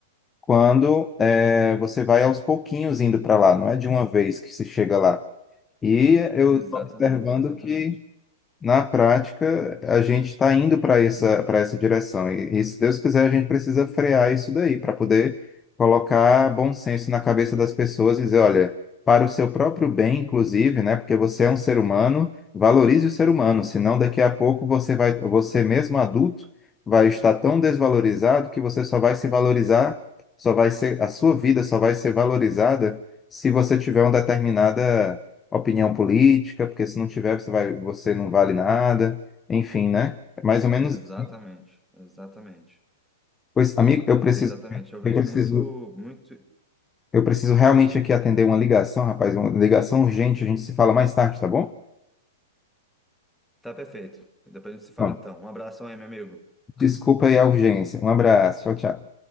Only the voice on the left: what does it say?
quando é, você vai aos pouquinhos indo para lá, não é de uma vez que se chega lá. E eu
estou observando
que na prática, a gente está indo para essa, para essa direção. E, e se Deus quiser, a gente precisa frear isso daí para poder colocar bom senso na cabeça das pessoas e dizer, olha, para o seu próprio bem, inclusive, né? Porque você é um ser humano, valorize o ser humano, senão daqui a pouco você vai, você mesmo adulto vai estar tão desvalorizado que você só vai se valorizar, só vai ser, a sua vida só vai ser valorizada se você tiver uma determinada opinião política, porque se não tiver, você vai, você não vale nada. Enfim, né? É mais ou menos.
isso.
Pois, amigo, eu preciso,
eu preciso,
eu preciso realmente aqui atender uma ligação, rapaz, uma ligação urgente. A gente se fala mais tarde, tá bom?
Bom,
desculpa aí a urgência. Um abraço. Tchau, tchau.